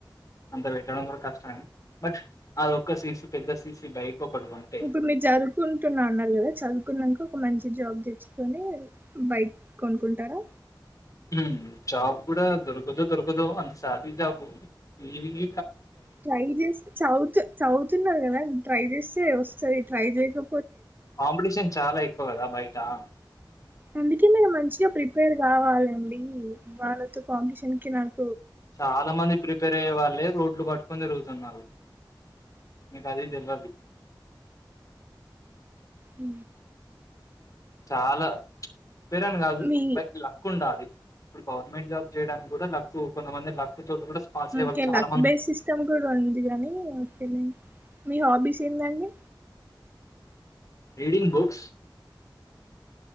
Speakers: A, on the left (about 45°); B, on the right (about 25°).
A: అంత పెట్టడం కూడా కష్టమె బట్ అది ఒక్క సీసీ పెద్ద సీసీ బైక్ ఒకటి కొంటే
B: ఇప్పుడు మీ జరువుకుంటున్నా అన్న కదా చదువుకున్నాంక ఒక మంచి జాబ్ తెచ్చుకొని బైక్ కొనుకుంటారా
A: హూ జాబ్ కూడా దొరకుద్దోదొరకదో అంత సాలరీజాబ్ ఈవింగ్
B: ట్రై చేస్తే చౌత్ చౌతున్నారు కదా ట్రై చేస్తే వ సరే ట్రై చేయకా
A: కాంపిటీషన్ చాలా ఎక్కువ గదా బై టామ్
B: అందుకే మీరు మంచిగా ప్రిపేర్ గావాలండి వాళ్ళతో కాంపిటీషన్ కినాన్
A: చాలా మంది ప్రిపేర్ అయ్యే వాళ్ళే రోడ్లు పట్ కొనిరుగుతున్నారు మీకు అది తెలియదు
B: హ
A: చాలా పెరన్ కాదు
B: మీ
A: బట్ లక్ ఉంటా అది ఇప్పుడు గవర్నమెంట్ జాబ్ చేయడానికి కూడా లక్కు కొంతమంది లక్ తోటి కూడా పాస్ అయ్యే
B: ఓకే
A: వాళ్ళు చాలా
B: లక్
A: మంది
B: బేస్
A: ఉంటారు
B: సిస్టమ్ కూడా ఉంది కాగాని ఓకేనండి మీ హాబీస్ ఏందండి
A: రీడింగ్ బుక్స్